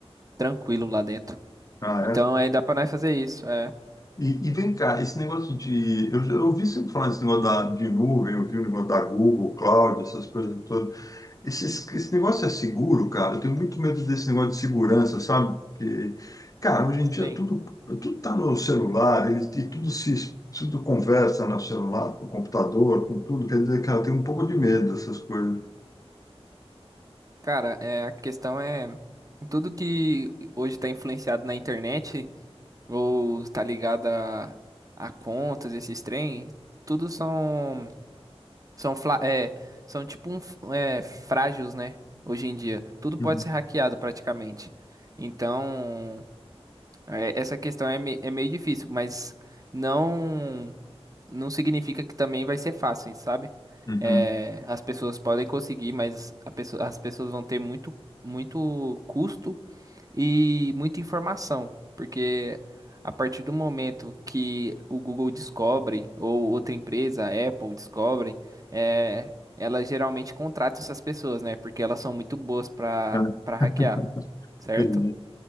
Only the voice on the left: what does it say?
Ah,
é?
E, e vem cá, esse negócio de. Eu, já eu ouvi sempre falar desse negócio da, de nuvem, eu ouvi o negócio da Google, Cloud, essas coisas todas. Esse, esse negócio é seguro, cara. Eu tenho muito medo desse negócio de segurança, sabe? Porque, cara, hoje em dia
tudo, tudo tá no celular, eles e tudo se tudo conversa no celular, com o computador, com tudo. Quer dizer, cara, eu tenho um pouco de medo dessas coisas.
Uhum.
Uhum.
É,
<laughs>
entendi.